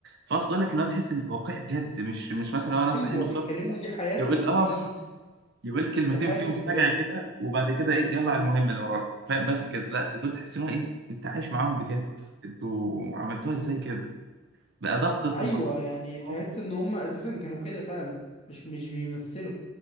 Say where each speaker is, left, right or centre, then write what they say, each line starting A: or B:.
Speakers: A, on the right; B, on the left.
A: فاصل اقول لك ان هو تحس ان واقعي بجد مش مش مثلا هو ناس
B: ايوه
A: صاحي من الصبح
B: بيتكلموا دي حياتهم
A: يقول اه
B: دي دي
A: يقول كلمتين
B: دي حياتهم
A: فيهم سجع
B: بجد
A: كده وبعد كده ايه يلا على المهم اللي ورانا فاهم بس كده لا ده دول تحس ان هو ايه انت عايش معاهم بجد انتوا عملتوها ازاي كده بأدق التفاصيل
B: ايوه يعني تحس
A: اه
B: ان هم اساسا كانوا كده فعلا مش مش بيمثلوا